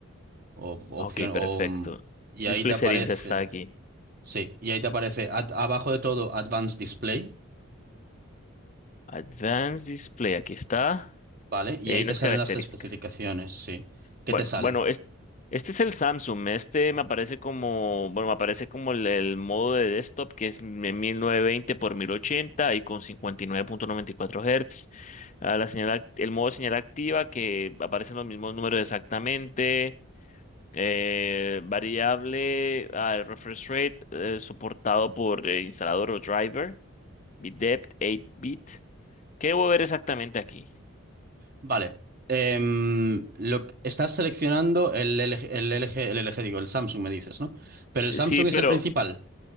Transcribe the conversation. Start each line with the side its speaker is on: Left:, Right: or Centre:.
Right: o
Left: Ok,
Right: opción
Left: perfecto.
Right: o, mm, y
Left: Display
Right: ahí te aparece,
Left: Settings está aquí.
Right: sí, y ahí te aparece ad- abajo de todo Advanced Display,
Left: Advanced Display, aquí está.
Right: ¿vale? Y
Left: Y
Right: ahí
Left: hay unas
Right: te salen
Left: características.
Right: las especificaciones, sí. ¿Qué
Left: Bueno,
Right: te sale?
Left: bueno, es- este es el Samsung. Este me aparece como, bueno, me aparece como el, el modo de desktop que es de 1920 por 1080 y con 59.94 Hz. Ah, la señal, act- el modo señal activa que aparecen los mismos números exactamente. eh, variable, ah, el refresh rate eh, soportado por eh, instalador o driver. Bit depth, 8 bit. ¿Qué debo ver exactamente aquí?
Right: Vale. Em, lo, estás seleccionando el LG, el LG, el LG, digo, el Samsung me dices, ¿no? Pero
Left: Eh,
Right: el Samsung
Left: Sí, pero,
Right: es el principal,